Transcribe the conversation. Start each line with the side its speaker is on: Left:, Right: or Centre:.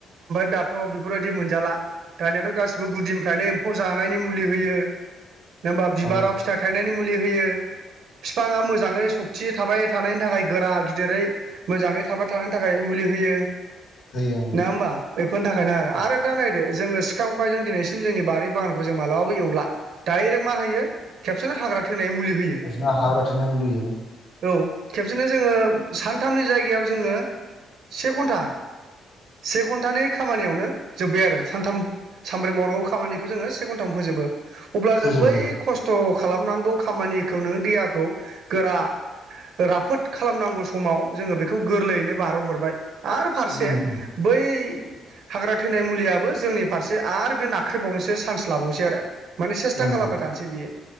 Right: दाथ' बेफोरबायदि मोनजाला। दानियाथ' गासिबो गुदिनिफ्रायनो एम्फौ जानायनि मुलि होयो नङा होमबा बिबाराव
Left: औ
Right: फिथाइ थाइनायनि। मुलि होयो। बिफाङा मोजाङै सक्ति थाबाय थानायनि थाखाय गोरा गिदिरै मोजाङै थाबाय थानायनि थाखाय मुलि, होयो
Left: होयो
Right: नङा होमबा बेफोरनि थाखायनो आरो
Left: ओं
Right: आरो दा नानै जो सिखा खंखायजोंनो दिनैसिम जोंनि बारि बागानखौ जों मालाबाबो एवला दरेक्ट मा होयो खबसेनो हाग्रा थैनाय मुलि होयो
Left: इदिनो हाग्रा थैनायनि मुलिहोयो।
Right: औ खेबसेनो जोङो सानथामनि जायगायाव जोंनो से घन्टा। से घन्टानि खामानियावनो जोब्बाय आरो सानथाम सामब्रै मावनांगौ खामानिखौ जोङो से घन्टामनो फोजोबो अब्ला
Left: फोजोबो
Right: जों बै खस्थ' खालामनांगौ खामानिखौ नों देहाखौ गोरा राफोद खालामनांगौ समाव जोङो बेखौ गोरलैयैनो बारहोहरबाय आ फारसे
Left: उम उम
Right: बै हाग्रा थैनाय मुलियाबो जोंनि फारसे आरो बे नाख्रेबावनोसो चान्स लाबावनोसै आरो। माने सेस्था
Left: उम,
Right: खालामबाय थानोसै बियो